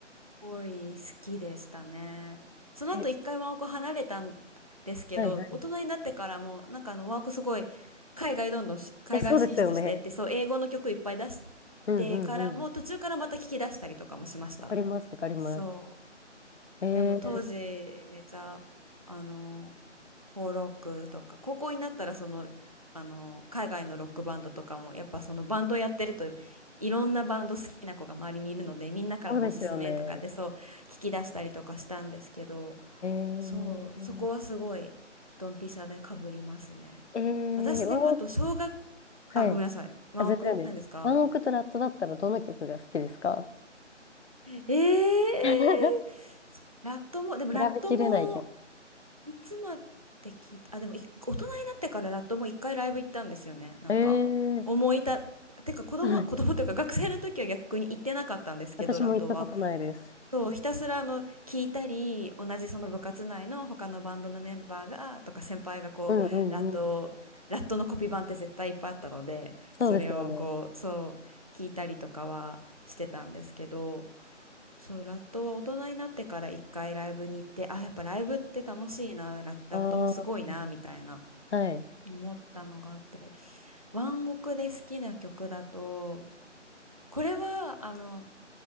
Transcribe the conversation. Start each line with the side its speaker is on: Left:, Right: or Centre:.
Right: ごい好きでしたね。その後一回ワーク離れたん
Left: え、
Right: ですけど、
Left: はいはい。
Right: 大人になってからもなんかあのワークすごい海外どんどんし海外進出してって、
Left: え、そうですよね。
Right: そう英語の曲いっぱい出し
Left: うんうんうん。
Right: てからも途中からまた聞き出したりとかもしました。
Left: わかります、わかります。
Right: そう。
Left: えー、
Right: でも当時めちゃあのフォー・ロックとか高校になったらその、あの海外のロックバンドとかもやっぱそのバンドやってるといろんなバンド好きな子が周りにいるのでみんなからのおすすめとかってそう聞き出したりとかしたんですけど
Left: そうですよね。えー、
Right: そうそこはすごいドンピシャでかぶりますね。
Left: えー、
Right: 私でもあと小学
Left: ワンオク、はい。
Right: あごめんなさい真奥なんですか
Left: あ、全然です。ワンオクとラットだったらどの曲が好きですか
Right: えー、
Left: <laughs>
Right: ラットもでもラットも
Left: 選べきれないけど。
Right: いつまで聞いた、あ、でもい大人になってからラットも一回ライブ行ったんですよね。なんか、
Left: えー、
Right: 思いた、てか子供、
Left: はい。
Right: 子供というか学生の時は逆に行ってなかったんですけど、
Left: 私も行ったことないです。
Right: ラットは。そう、ひたすらあの聞いたり、同じその部活内の他のバンドのメンバーがとか先輩がこうラット、
Left: うんうんうん。
Right: ラットのコピー版って絶対いっぱいあったので、
Left: そうですよね。
Right: それをこう、そう聞いたりとかはしてたんですけど、そう、ラットは大人になってから一回ライブに行って、あ、やっぱライブって楽しいな、ラ、ラットもすごいな、
Left: ああ、
Right: みたいな
Left: はい。
Right: 思ったのがあって、ワンオクで好きな曲だと、これはあの